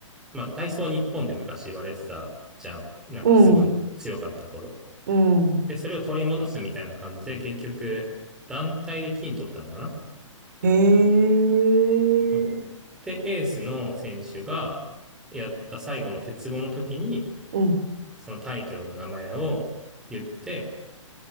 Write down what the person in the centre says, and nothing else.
まあ体操日本で昔言われてたじゃん。なんかすごい強かった頃。
で、それを取り戻すみたいな感じで、結局、団体で金取ったのかな
そう。で、エースの選手がやった最後の鉄棒の時に、
そのタイトルの名前を言って、